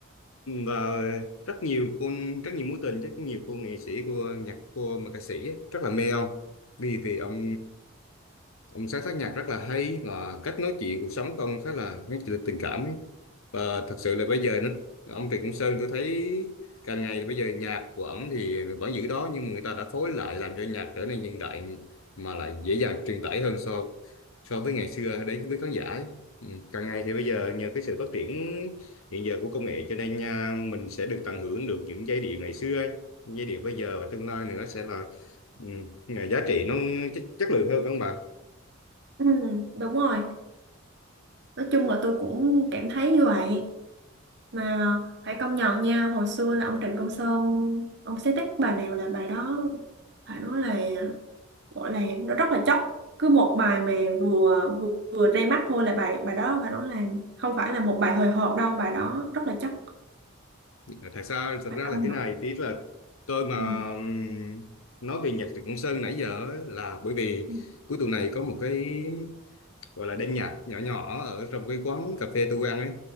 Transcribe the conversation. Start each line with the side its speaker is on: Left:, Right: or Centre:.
Left: và rất nhiều con rất nhiều mối tình rất nhiều cô nghệ sĩ cô nhạc cô mà ca sĩ ấy, rất là mê ông vì vì ông ông sáng tác nhạc rất là hay và cách nói chuyện cuộc sống của ông khá là mấy tình tình cảm ấy và thật sự là bây giờ nó ông Trịnh Công Sơn tôi thấy càng ngày bây giờ nhạc của ổng thì vẫn giữ đó nhưng mà người ta đã phối lại làm cho nhạc trở nên hiện đại mà lại dễ dàng truyền tải hơn so so với ngày xưa đến với khán giả ấy. Ừ, càng ngày thì bây giờ nhờ cái sự phát triển hiện giờ của công nghệ cho nên à, mình sẽ được tận hưởng được những giai điệu ngày xưa ấy. Những giai điệu bây giờ và tương lai nữa sẽ là ừ, là giá trị nó chất, chất lượng hơn không bà
Right: Ừ, đúng rồi. Nói chung là tôi cũng cảm thấy như vậy. mà phải công nhận nha hồi xưa là ông Trịnh Công Sơn ông sáng tác bài nào là bài đó phải nói là gọi là nó rất là chóc cứ một bài mà vừa vừa, vừa ra mắt thôi là bài bài đó phải nói là không phải là một bài hời hợt đâu bài đó rất là chóc
Left: thật ra thật
Right: phải
Left: ra
Right: công
Left: là thế
Right: nhận
Left: này tí là tôi mà
Right: ừ.
Left: ừm, nói về nhạc Trịnh Công Sơn nãy giờ ấy là bởi vì
Right: Ừ.
Left: cuối tuần này có một cái gọi là đêm nhạc nhỏ nhỏ ở trong cái quán cà phê tôi ăn ấy